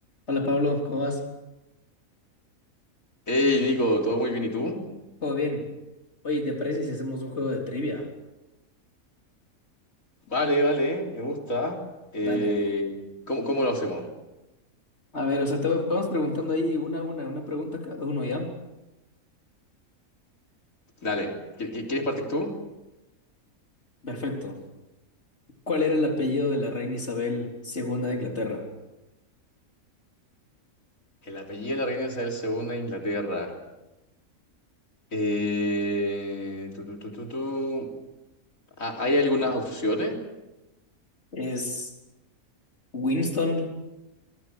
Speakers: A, on the left; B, on the left.
A: Hola Pablo, ¿cómo vas?
B: Hey Nico, ¿todo muy bien y tú?
A: ¿Todo bien? Oye, ¿te parece si hacemos un juego de trivia?
B: Vale, vale, me gusta. Eh,
A: Dale.
B: ¿cómo, cómo lo hacemos?
A: A ver, o sea, te voy- vamos preguntando ahí una a una, una pregunta cada uno, ¿ya?
B: Dale, ¿qui- qui- ¿quieres partir tú?
A: Perfecto. ¿Cuál era el apellido de la reina Isabel segunda de Inglaterra?
B: El apellido de la reina Isabel segunda de Inglaterra. Eh, tu, tu, tu, tu, tu. Ah, ¿Hay algunas opciones?
A: ¿Es Winston,